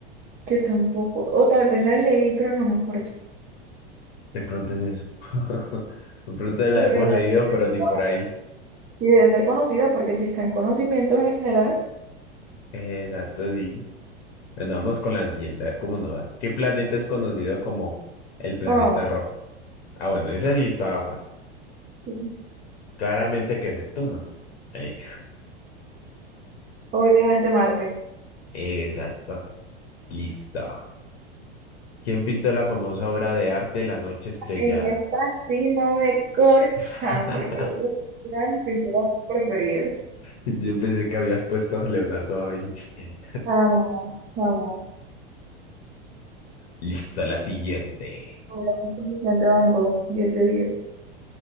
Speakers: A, on the right; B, on the left.
A: Yo tampoco. O tal vez la leí, pero no me acuerdo.
B: De pronto es eso. <laughs> De pronto la
A: Porque
B: hemos
A: debe-
B: leído,
A: debe
B: pero
A: ser
B: ni
A: conocida,
B: por ahí.
A: sí debe ser conocida, porque si está en conocimiento general.
B: Eh, Exacto, sí. Bueno, vamos con la siguiente, a ver cómo nos va. ¿Qué planeta es conocido como el planeta
A: Oh,
B: rojo? Ah, bueno, esa sí estaba fácil.
A: sí,
B: Claramente que Neptuno. Eh,
A: obviamente Marte.
B: exacto. Listo. ¿Quién pintó la famosa obra de arte La Noche Estrellada?
A: En esta sí no me corchan,
B: <laughs>
A: porque esa era mi pintura preferida.
B: <laughs> Yo pensé que habías puesto Leonardo da Vinci. eh,
A: Jamás, jamás.
B: Listo, la siguiente.
A: Con Vicente Van Gogh, 10 de diez